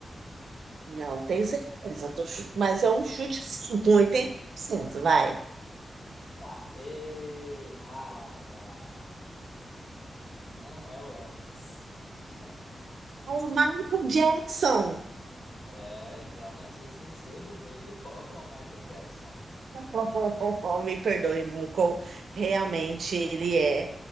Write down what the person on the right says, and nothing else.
Não tenho certeza, tô chu- mas é um chute sim, com 80%, vai.
O Michael Jackson.
<laughs> Me perdoe, Michael. Realmente ele é